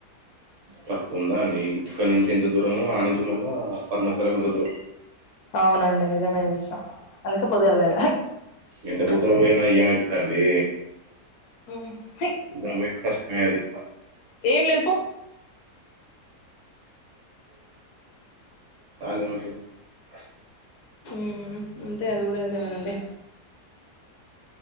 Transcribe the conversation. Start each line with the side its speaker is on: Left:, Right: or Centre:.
Right: తక్కువ ఉందా అండి ఇక్కడ నుంచి ఎంత దూరమో ఆ నుంచి మళ్ళ పర్ణశాలకు అంత దూరం
Left: అవునండి నిజమే విషయం అందుకే పొద్దుగాల పోయేది
Right: ఎంత పొద్దున పోయినా ఏమవుతుందండి
Left: మ్మ్
Right: మాకైతే కష్టమే అది
Left: ఏం లేదు పో
Right: <unintelligible>
Left: మ్మ్ అంతే అది కూడా నిజమేనండి